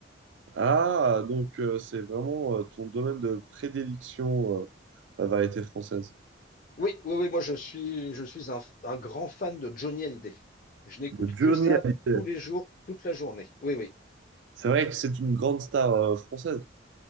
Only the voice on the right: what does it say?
Ah, donc euh, c'est vraiment euh, ton domaine de prédilection, euh, la variété française.
De Johnny
Hallyday.
C'est vrai que c'est une grande star euh, française.